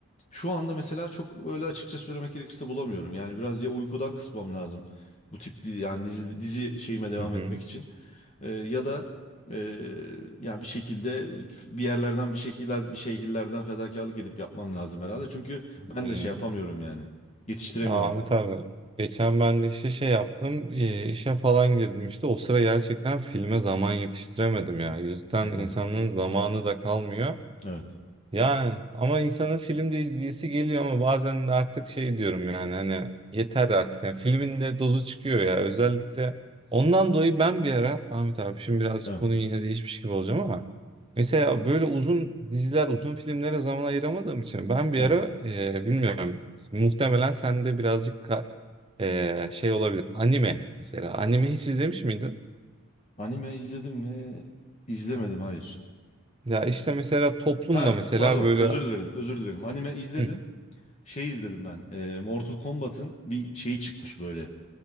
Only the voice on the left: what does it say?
şu anda mesela çok öyle açıkça söylemek gerekirse bulamıyorum. Yani biraz ya uykudan kısmam lazım. Bu tip di- yani dizi, dizi şeyime devam
etmek için. Ee, ya da e, yani bir şekilde bir yerlerden bir şekiller bir şekillerden fedakarlık edip yapmam lazım herhalde. Çünkü ben
de şey yapamıyorum yani. Yetiştiremiyorum
yani.
Evet.
Evet.
Evet.
evet.
Anime izledim mi? İzlemedim hayır.
Ha
pardon
özür dilerim özür dilerim. Anime izledim.
Şey izledim ben. e, Mortal Kombat'ın bir şeyi çıkmış böyle.